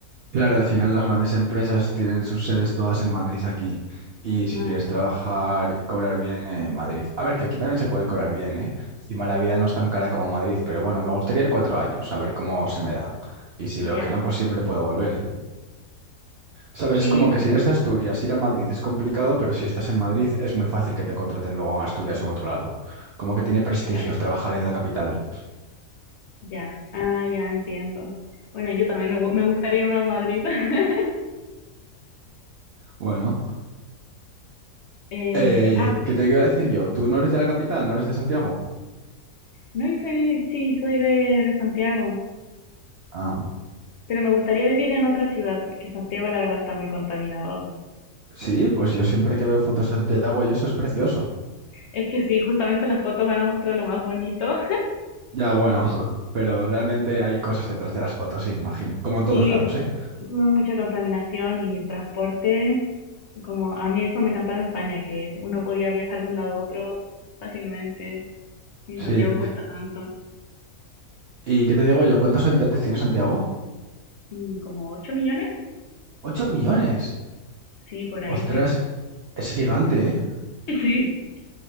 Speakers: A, on the right (about 70°); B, on the left (about 60°).
A: Claro, al final las grandes empresas tienen sus sedes todas en Madrid aquí. Y si
B: Ah,
A: quieres trabajar y cobrar bien, en Madrid. A ver, que aquí también se puede cobrar bien, ¿eh? Encima la vida no es tan cara como Madrid, pero bueno, me gustaría ir cuatro años, a ver cómo se me da. Y si
B: ya,
A: veo que no, pues siempre puedo volver. Sabes,
B: sí,
A: es como
B: es
A: que si eres de Asturias, ir a Madrid es complicado, pero si estás en Madrid es muy fácil que te contraten luego en Asturias o en otro lado. Como que tiene prestigios
B: exacto,
A: trabajar en la capital.
B: ya, ah, ya entiendo. Bueno, yo también me, gu- me gustaría irme a Madrid. <laughs>
A: Bueno,
B: Eh,
A: eh,
B: ah,
A: ¿qué te iba a decir yo? ¿Tú no eres de la capital? ¿No eres de Santiago?
B: No, yo soy, sí, soy de, de Santiago,
A: Ah,
B: pero me gustaría vivir en otra ciudad porque Santiago la verdad está muy contaminado.
A: sí, pues yo siempre que veo fotos de Santiago y eso es precioso.
B: Es que sí, justamente las fotos van a mostrar lo más bonito.
A: Ya, bueno, pero realmente hay cosas detrás de las fotos, sí, imagino. Como en
B: Sí,
A: todos lados,
B: mu-
A: ¿eh?
B: mucha contaminación y el transporte. Como a mí eso me encantaba de España, que uno podía viajar de un lado a otro fácilmente. Y en
A: Sí.
B: Santiago cuesta tanto.
A: ¿Y qué te digo yo? ¿Cuántos habitantes tiene Santiago?
B: Mm, Como 8 millones,
A: ocho millones!
B: sí, por ahí
A: Ostras,
B: creo.
A: es gigante, ¿eh?
B: <laughs>